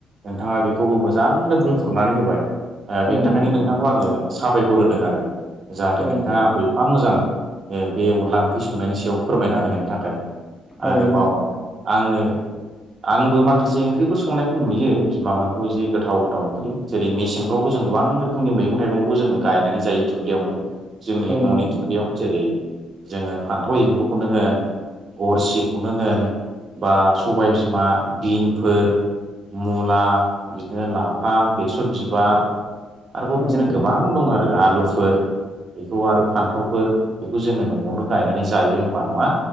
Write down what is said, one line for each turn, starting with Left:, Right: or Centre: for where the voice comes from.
Right: नोंथांङा बेखौबो मोजांनो बुंफोरनानै होबाय बेनि
Centre: औ
Right: थाखायनो
Centre: नंगौ नोंथां
Right: नोंथांखौ आंङो साबायखर होदों आरो जाहाथे
Centre: औ
Right: नोंथाङा
Centre: नंगौ नोंथां
Right: आखौ एफा मोजां बे अनला ओंख्रि संनायनि सायाव फोरमायना होनायनि थाखाय
Centre: औ
Right: आरोबाव
Centre: नंगौ नोंथां
Right: आंङो आंबो माखासे ओंख्रिफोर संनायखौ नुयो बिमामोनखौ जे गोथाव गोथाव ओंख्रि जेरै मेसेंफ्रावबो गोबां रोखोमनि मेगं थायगंखौ जों गायनानै जायो दुब्लियाव जोंनि
Centre: औ नंगौ औ
Right: न'नि
Centre: नंगौ नोंथां
Right: दुब्लियावनो जेरै जोंङो फान्थाव एम्बुखौनो होन गरसिखौनो होन बा सबाय बिमा बिनफोर मुला बिदिनो लाफा बेसर बिबार आरोबाव
Centre: औ
Right: बिदिनो
Centre: नंगौ
Right: गोबां
Centre: नोंथां
Right: दं आरो आलुफोर बेखौ आरो फान्थावफोर बेखौ जोंङो न'आवनो गायनानै जायो होनबा नंङा